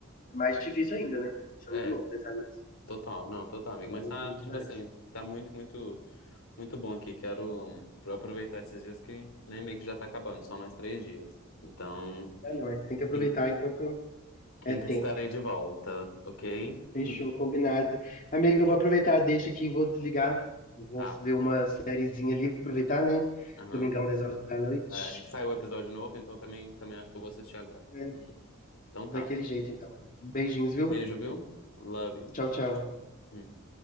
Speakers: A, on the left; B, on the left.
A: é mais difícil ainda, né? Isso é
B: É,
A: muito louco pensar nisso.
B: total, não, total, amigo.
A: É uma
B: Mas
A: loucura
B: tá,
A: demais.
B: tipo assim, tá muito, muito. Muito bom aqui. Quero aproveitar esses dias que, né, meio que já tá acabando, só mais três dias. Então,
A: É, não, é- tem que aproveitar
B: quin-
A: enquanto
B: quinta
A: é tempo.
B: estarei de volta, ok?
A: Fechou,
B: Uhum.
A: combinado. amigo. eu vou aproveitar, deixa aqui, vou desligar. Vou
B: ah
A: ver uma sériezinha ali, aproveitar, né?
B: Aham.
A: Domingão, dez horas da noite.
B: É, saiu o episódio novo, então também, também acho que eu vou assistir agora.
A: É,
B: Então tá.
A: daquele jeito, então. Beijinhos, viu?
B: Beijo, viu? Love you.
A: Tchau, tchau.
B: Tchau, tchau. Hum.